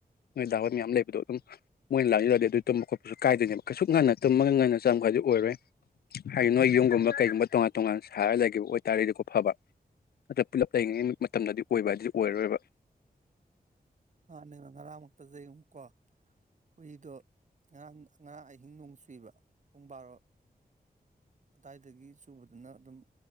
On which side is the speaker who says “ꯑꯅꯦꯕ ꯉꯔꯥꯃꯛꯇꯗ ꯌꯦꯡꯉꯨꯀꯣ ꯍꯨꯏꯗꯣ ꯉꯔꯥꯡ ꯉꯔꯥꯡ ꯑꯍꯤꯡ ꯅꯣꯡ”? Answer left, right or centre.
Right